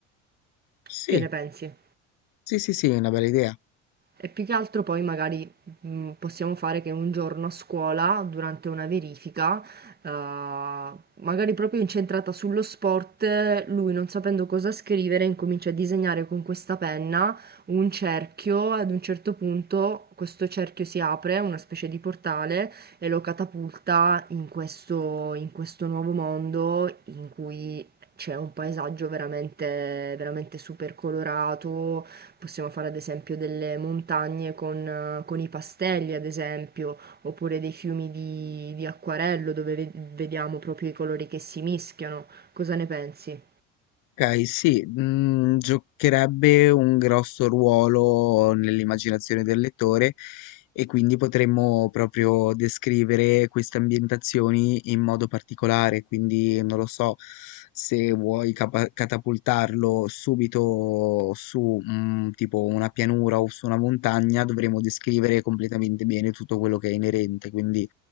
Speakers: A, on the left; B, on the right.
A: Sì,
B: Che ne pensi?
A: Sì, sì, sì, è una bella idea.
B: E più che altro poi magari mm, possiamo fare che un giorno a scuola, durante una verifica, eh, magari proprio incentrata sullo sport, lui non sapendo cosa scrivere incomincia a disegnare con questa penna un cerchio, ad un certo punto questo cerchio si apre, una specie di portale, e lo catapulta in questo, in questo nuovo mondo in cui c'è un paesaggio veramente, veramente super colorato Possiamo fare ad esempio delle montagne con, eh, con i pastelli, ad esempio, oppure dei fiumi di, di acquarello dove ve- vediamo proprio i colori che si mischiano. Cosa ne pensi?
A: Okay, sì, mhmm, giocherebbe un grosso ruolo nell'immaginazione del lettore e quindi potremmo proprio descrivere queste ambientazioni in modo particolare, quindi non lo so, se vuoi capa catapultarlo subito su, mhmm, tipo una pianura o su una montagna, dovremo descrivere completamente bene tutto quello che è inerente, quindi